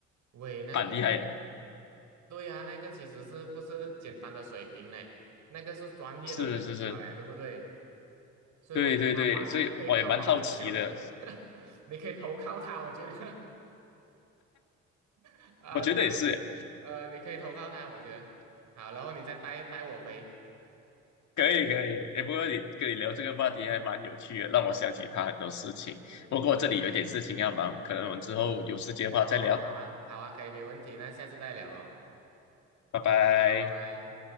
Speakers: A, on the right; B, on the left.
A: 喂那个
B: 蛮厉害耶，
A: 对啊，那个其实是不是简单的水平嘞？那个是专业的水平了嘞，
B: 是是是，
A: 对不对？所以我觉得他完全可以靠黄金交易，
B: 对对对，所以我也蛮好奇的，
A: <laughs> 你可以投靠他。我觉得 <laughs> 啊，
B: 我觉得也是耶
A: 这个呃，你可以投靠他。我觉得好，然后你再带带我飞，
B: 可以可以，哎，不过你跟你聊这个话题还蛮有趣的，让我想起他很多事情。
A: 是是是是，
B: 不过我这里有一点事情要忙，可能我们之后有时间的话再聊，
A: 好哦，好啊，好啊，可以，没问题，那下次再聊哦，
B: 拜拜。
A: 好，拜拜。